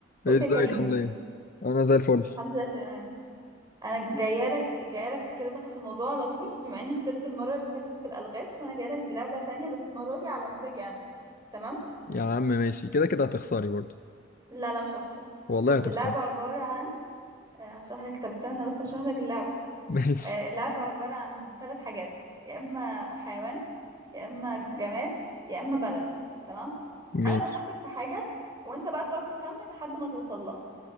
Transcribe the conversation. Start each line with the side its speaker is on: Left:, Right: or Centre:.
Right: بص
Left: ايه ازيك
Right: يا كريم
Left: عامله ايه انا زي الفل
Right: الحمد لله تمام انا جايه لك جايه لك كده داخل في الموضوع على طول بما اني خسرت المره اللي فاتت في الالغاز فانا جايه لك بلعبه تانية بس المره دي على مزاجي انا تمام
Left: يا عم ماشي كده كده هتخسري برضه
Right: لا لا مش هخسر
Left: والله
Right: بص
Left: هتخسري
Right: اللعبه عباره عن آه، هشرح لك طب استنى بس هشرح لك اللعبه
Left: <laughs> ماشي
Right: آه، اللعبه عباره عن ثلاث حاجات يا اما حيوان يا اما جماد يا اما بلد تمام
Left: ماشي
Right: انا بفكر في حاجه وانت بقى تقعد تخمن لحد ما توصل لها